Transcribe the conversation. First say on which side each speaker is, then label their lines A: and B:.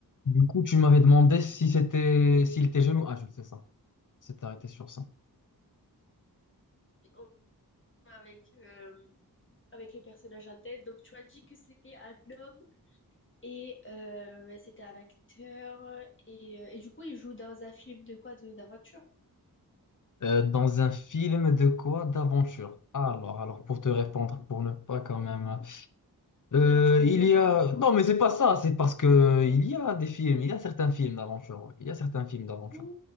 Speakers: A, on the left (about 55°); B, on the left (about 30°).
A: Du coup, tu m'avais demandé si c'était s'il était jeune ou adulte, c'est ça. C'est arrêté sur ça.
B: en- avec, euh, avec le personnage en tête. Donc, tu as dit que c'était un homme et euh, c'était un acteur. Et, euh, et du coup, il joue dans un film de quoi? De, d'aventure?
A: Euh, dans un film de quoi? D'aventure. Alors, alors pour te répondre, pour ne pas quand même.
B: Ah,
A: euh,
B: tu connais
A: il
B: même
A: y
B: pas.
A: a. Non, mais c'est pas ça. C'est parce que il y a des films. Il y a certains films d'aventure. ouais. Il y a certains films d'aventure.
B: Hmm,